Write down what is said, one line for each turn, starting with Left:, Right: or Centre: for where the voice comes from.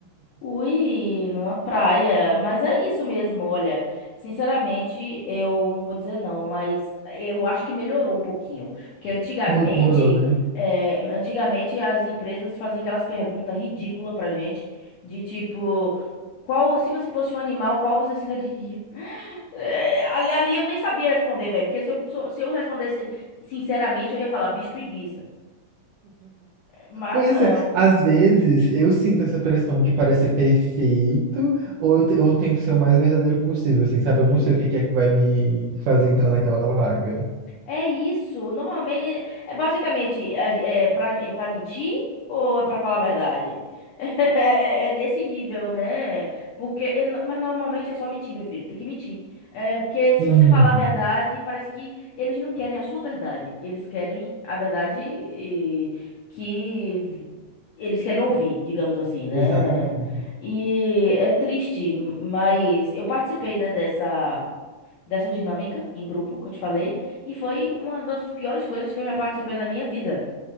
Left: Ui, numa praia. Mas é isso mesmo, olha. Sinceramente, eu não vou dizer não, mas eu acho que melhorou um pouquinho. Porque antigamente,
Right: morou, né?"
Left: eh, antigamente as empresas faziam aquelas perguntas ridículas pra gente, de tipo, qual, se você fosse um animal, qual você seria? <laughs> É, ali, ali eu nem sabia responder, velho. Porque se eu, sou- se eu respondesse sinceramente, eu ia falar bicho preguiça. Mas
Right: Pois
Left: não.
Right: é, às vezes eu sinto essa pressão de parecer perfeito, ou eu, te- eu tento ser o mais verdadeiro possível, assim, sabe? Eu não sei o que que é que vai me fazer entrar naquela vaga.
Left: É isso. Normalmente, é basicamente é, é para é para mentir ou é para falar a verdade? <laughs> É, é- é nesse nível, né? Porque, é no- mas normalmente é só mentir, meu filho. Tem que mentir. É, porque se
Right: Sim,
Left: você falar a verdade, parece que eles não querem a sua verdade. Eles querem a verdade eh, que eles querem ouvir, digamos assim, né?
Right: exatamente.
Left: E é triste, mas eu participei, né, dessa dessa dinâmica em grupo que eu te falei, e foi uma das piores coisas que eu já participei na minha vida.